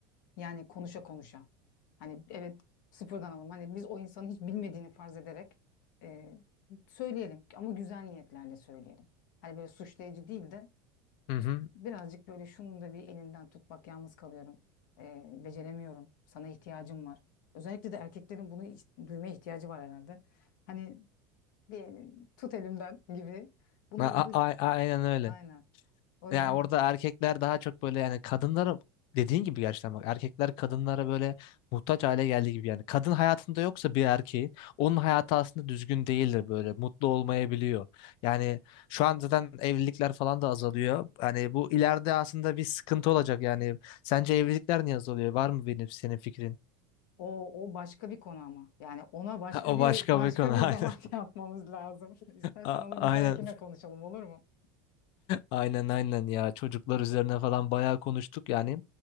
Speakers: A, on the left; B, on the left.
A: Yani konuşa konuşa. Hani evet sıfırdan alalım. Hani biz o insanın hiç bilmediğini farz ederek e, söyleyelim ama güzel niyetlerle söyleyelim. Hani böyle suçlayıcı değil de
B: Hı hı.
A: birazcık böyle şunun da bir elinden tut bak yalnız kalıyorum. E, beceremiyorum. Sana ihtiyacım var. Özellikle de erkeklerin bunu iç- duymaya ihtiyacı var herhalde. Hani bir elin- tut elimden gibi. Bunları
B: A- a-
A: duy.
B: a- aynen öyle.
A: Aynen. O yüzden
B: Yani orada erkekler daha çok böyle yani kadınlara dediğin gibi gerçekten bak erkekler kadınlara böyle muhtaç hale geldiği gibi yani kadın hayatında yoksa bir erkeğin onun hayatı aslında düzgün değildir böyle mutlu olmayabiliyor. Yani şu an zaten evlilikler falan da azalıyor. Yani bu ileride aslında bir sıkıntı olacak yani. Sence evlilikler niye azalıyor? Var mı benim senin fikrin? <laughs>
A: O, o başka bir konu ama. Yani ona başka
B: Ha, O
A: bir
B: başka
A: başka
B: bir konu.
A: bir
B: <laughs>
A: zaman
B: Aynen.
A: <laughs> yapmamız lazım. İstersen
B: A-
A: onu
B: Aynen.
A: bir dahakine konuşalım olur mu?
B: Aynen aynen ya çocuklar üzerine falan bayağı konuştuk yani